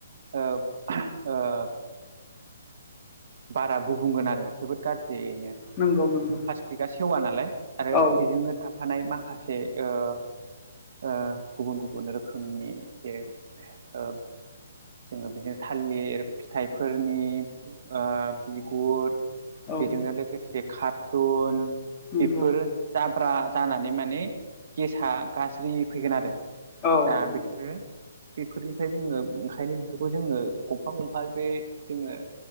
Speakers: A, on the right (about 60°); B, on the left (about 25°).
A: ओब ओब बारा गुबुंगोन आरो। जोबोद गाज्रियैनो
B: नंगौ नंगौ
A: प्लास्टिकआ सेवा नालाय आरो
B: औ
A: बेजोंनो था थानाय माखासे ओ ‌ ओ गुबुन गुबुन रोखोमनि जे ओ जोङो बिदिनो थालिर फिथाइफोरनि ओ बिगुर
B: औ
A: बेजोंनो लोगोसे कारटुन
B: नंगौ
A: बेफोर। जाब्रा जानानै माने गेसा गाज्रि फैगोन आरो।
B: औ
A: दा
B: नंगौ
A: बेफोरो बेफोरनिफ्राय जोंनो ओम ओंखायनो बेफोरखौ जोङो गंफा गंफा बे जोङो